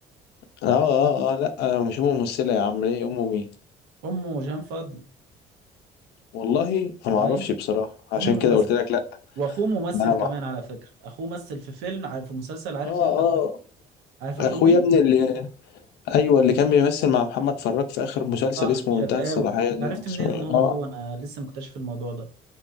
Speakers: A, on the left; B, on the right.
A: اه اه اه لا آه، مش امه ممثله يا عم ليه امه مين
B: امه جهان فضل
A: والله انا ما
B: اي
A: اعرفش بصراحه
B: امه
A: عشان كده
B: ممثلة
A: قلت لك لا
B: واخوه ممثل
A: لا
B: كمان
A: ما
B: على فكرة اخوه مثل في فيلم عارف في مسلسل عارف
A: اه
B: انت
A: اه
B: بتاع عارف
A: اخويا
B: اخوه مين
A: ابن اللي ايوه اللي كان بيمثل مع محمد فراج في اخر مسلسل
B: صح
A: اسمه
B: شرقاوي
A: منتهى الصلاحيه
B: انت
A: دي
B: عرفت
A: ولا اسمه
B: منين ان
A: ايه
B: هو
A: اه
B: اخوه انا لسه مكتشف الموضوع ده